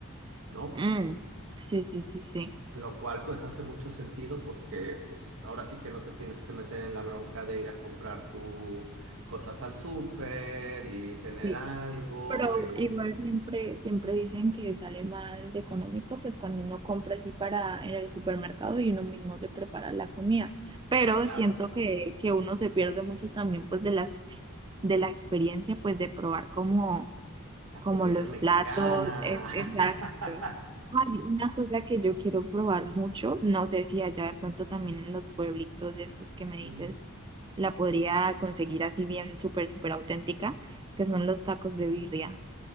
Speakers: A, on the right; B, on the right.
A: ¿no?
B: Mm, sí, sí, sí,
A: Lo cual pues hace mucho sentido porque pues ahora sí que no te tienes que meter en la bronca de ir a comprar tus cosas al súper y tener
B: sí.
A: algo.
B: Pero
A: y-
B: igual siempre, siempre dicen que sale más económico, pues cuando uno compra así para en el supermercado y uno mismo se prepara la comida. Pero
A: Ah, claro,
B: siento que, que uno se pierde mucho también pues de la, ex- de la experiencia, pues de probar como,
A: la
B: como
A: comida
B: los
A: mexicana.
B: platos. es-
A: <laughs>
B: Exacto. Hay una cosa que yo quiero probar mucho, no sé si allá de pronto también en los pueblitos estos que me dices,
A: Ujú.
B: la podría conseguir así bien súper, súper auténtica, que son los tacos de birria.